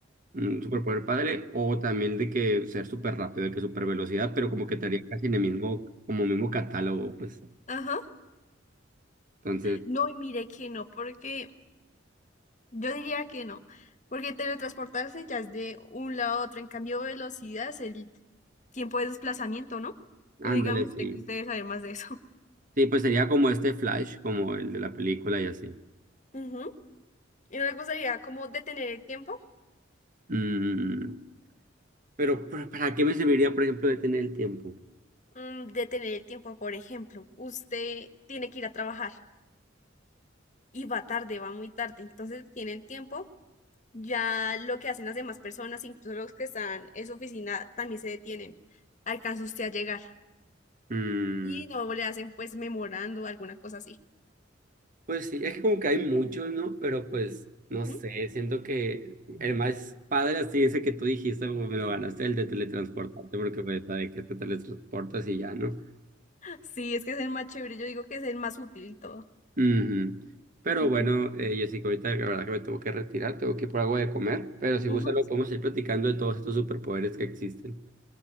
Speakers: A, on the right; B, on the left.
A: un superpoder padre, o también de que ser súper rápido, de que super velocidad, pero como que estaría casi en el mismo, como mismo catálogo, pues.
B: Ajá.
A: Entonces,
B: No, y mire que no, porque yo diría que no. Porque teletransportarse ya es de un lado a otro. En cambio, velocidad es el tiempo de desplazamiento, ¿no?
A: ándale,
B: O dígame
A: sí.
B: usted que usted debe saber más de eso.
A: Sí, pues sería como este Flash, como el de la película y así.
B: <laughs> Ujú. ¿Y no le gustaría como detener el tiempo?
A: Mm, Pero, ¿para para qué me serviría, por ejemplo, de tener el tiempo?
B: Mm, detener el tiempo, por ejemplo, usted tiene que ir a trabajar y va tarde, va muy tarde, entonces tiene el tiempo, ya lo que hacen las demás personas, incluso los que están en su oficina, también se detienen. Alcanza usted a llegar
A: Mm,
B: y no le hacen pues memorando alguna cosa así.
A: pues sí, es que como que hay muchos, ¿no? Pero pues, no
B: Ujú.
A: sé, siento que el más padre así ese que tú dijiste, pues, me lo ganaste, el de teletransportarte, porque pues de que te teletransportas y ya, ¿no?
B: Sí, es que es el más chévere, yo digo que es el más útil y todo.
A: Ujú. Pero
B: Ujú,
A: bueno, eh, Jessica, ahorita la verdad que me tengo que retirar, tengo que ir por algo de comer, pero si
B: ujú.
A: gusta lo podemos ir platicando de todos estos superpoderes que existen.